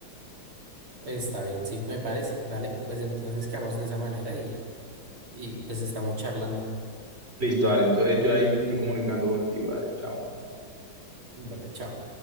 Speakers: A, on the right; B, on the right.
A: Está bien, sí, me parece. Vale, pues entonces quedamos de esa manera y, y pues estamos charlando.
B: Listo, Ale, entonces yo ahí me estoy comunicando contigo, Ale, chao.
A: Vale, chao.